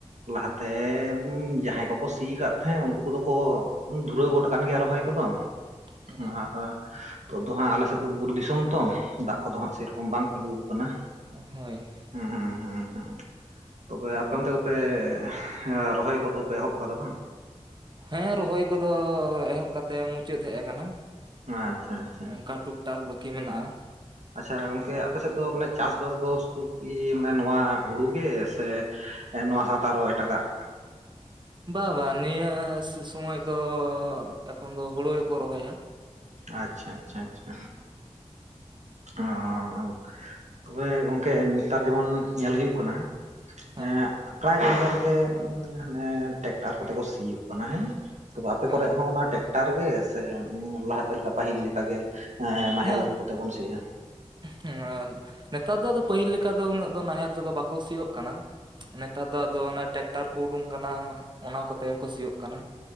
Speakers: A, on the right; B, on the right.
A: ᱞᱟᱦᱟᱛᱮ ᱡᱟᱦᱟᱸᱭ ᱠᱚᱠᱚ ᱥᱤ ᱠᱫ᱾ ᱛᱟᱦᱮᱸ, ᱩᱱᱠᱩ ᱠᱚᱫᱚ ᱠᱚ ᱫᱷᱩᱨᱟᱹᱣ ᱜᱚᱫ ᱟᱠᱟᱱ ᱜᱮᱭᱟ ᱨᱚᱦᱚᱭ ᱠᱚᱫᱚ᱾ᱟᱨ
B: ᱦᱮᱸ
A: ᱱᱤᱛ ᱫᱚ ᱦᱟᱸᱜ ᱟᱞᱮ ᱥᱮᱫ ᱫᱚ ᱵᱩᱨᱩ ᱫᱤᱥᱚᱢ ᱛᱚ, ᱫᱟᱜ ᱠᱚᱫᱚ ᱦᱟᱸᱜ ᱥᱮᱨᱚᱠᱚᱢ ᱵᱟᱝ ᱛᱤᱸᱜᱩ ᱟᱠᱟᱱᱟ᱾
B: ᱦᱳᱭ᱾
A: ᱦᱩᱸ ᱦᱩᱸ ᱦᱩᱸ ᱦᱩᱸ ᱛᱚᱵᱮ ᱟᱯᱮ ᱚᱱᱛᱮ ᱫᱚᱯᱮ ᱦᱮᱸ ᱨᱚᱦᱚᱭ ᱠᱚᱫᱚ ᱯᱮ ᱮᱦᱚᱵ ᱟᱠᱟᱫᱟ ᱵᱟᱝ!
B: ᱦᱮᱸ ᱨᱚᱦᱚᱭ ᱠᱚᱫᱚ ᱮᱦᱚᱵ ᱠᱟᱛᱮ ᱢᱩᱪᱟ. ᱫ ᱦᱮᱡ ᱟᱠᱟᱱᱟ᱾
A: ᱟᱪᱪᱷᱟ ᱟᱪᱪᱷᱟ
B: ᱚᱱᱠᱟ ᱴᱩᱠ ᱴᱟᱠ ᱵᱟᱠᱤ ᱢᱮᱱᱟᱜᱼᱟ᱾
A: ᱟᱪᱪᱷᱟ ᱜᱚᱝᱠᱮ ᱟᱯᱮ ᱥᱮᱫ ᱫᱚ ᱢᱟᱱᱮ ᱪᱟᱥᱼᱵᱟᱥ ᱫᱚ ᱥᱩ- ᱠᱤ ᱢᱟᱱᱮ ᱱᱚᱣᱟ ᱦᱩᱲᱩ ᱜᱮ! ᱥᱮ ᱱᱚᱣᱟ ᱥᱟᱶᱛᱟ ᱟᱨᱚ ᱮᱴᱟᱜᱟᱜ᱾
B: ᱵᱟᱝ ᱵᱟᱝ ᱱᱤᱭᱟᱹ ᱥᱩᱼᱥᱚᱢᱚᱭ ᱫᱚ ᱮᱠᱷᱚᱱ ᱫᱚ ᱦᱩᱲᱩ ᱜᱮᱠᱚ ᱨᱚᱦᱚᱭᱟ᱾
A: ᱟᱪᱪᱷᱟ ᱟᱪᱪᱷᱟ ᱟᱪᱪᱷᱟ᱾ ᱳᱸᱻᱛᱚᱵᱮ ᱜᱳᱝᱠᱮ ᱱᱮᱛᱟᱨ ᱡᱮᱢᱚᱱ ᱧᱮᱞ ᱦᱩᱭᱩᱜ ᱠᱟᱱᱟ,
B: ᱦᱮᱸ
A: ᱮᱸᱜ, ᱯᱨᱟᱭ ᱡᱟᱭᱜᱟ ᱨᱮᱜᱮ ᱢᱟᱱᱮ ᱴᱮᱠᱴᱟᱨ ᱠᱚᱛᱮ ᱠᱚ ᱥᱤᱭᱳᱜ ᱠᱟᱱᱟ ᱦᱮᱸ᱾ ᱛᱚᱵᱮ ᱟᱯᱮ
B: ᱦᱳᱭ
A: ᱠᱚᱨᱮᱜ ᱦᱚᱸ ᱚᱱᱟ ᱴᱮᱠᱴᱟᱨ ᱜᱮ ᱥᱮ ᱞᱟᱦᱟᱛᱮ ᱞᱮᱠᱟ ᱯᱟᱹᱦᱤᱞ ᱞᱮᱠᱟ ᱜᱮ ᱱᱟᱦᱮᱞ
B: ᱦᱮᱸ
A: ᱠᱚᱛᱮ ᱵᱚᱱ ᱥᱤ ᱭᱟ᱾
B: ᱦᱮᱸ ᱱᱮᱛᱟᱨ ᱫᱚ ᱟᱫᱚ ᱯᱟᱹᱦᱤᱞ ᱞᱮᱠᱟ ᱫᱚ ᱩᱱᱟᱹᱜ ᱫᱚ ᱱᱟᱦᱮᱞ ᱛᱮᱫᱚ ᱵᱟᱠᱚ ᱥᱤᱭᱳᱜ ᱠᱟᱱᱟ᱾ ᱱᱮᱛᱟᱨ ᱫᱚ ᱟᱫᱚ ᱚᱱᱟ ᱴᱨᱟᱠᱴᱟᱨ ᱠᱚ ᱩᱰᱩᱝ ᱠᱟᱱᱟ ᱚᱱᱟ ᱠᱚᱛᱮ ᱜᱮᱠᱚ ᱥᱤᱭᱳᱜ ᱠᱟᱱᱟ᱾